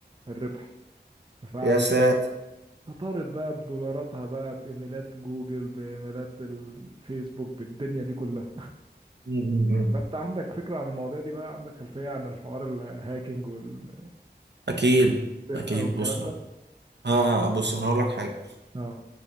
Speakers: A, on the right; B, on the right.
A: الربح فعلا
B: يا ساتر
A: فطارت بقى بدولاراتها بقى بإيميلات جوجل بإيميلات الفيسبوك بالدنيا دي كلها
B: مم. مم.
A: فأنت عندك فكرة عن المواضيع دي بقى عندك خلفية عن الحوار الهاكينج والسرقة
B: اكيد
A: والكلام
B: اكيد بص اه
A: ده
B: آه، بص انا هقول لك حاجه
A: اه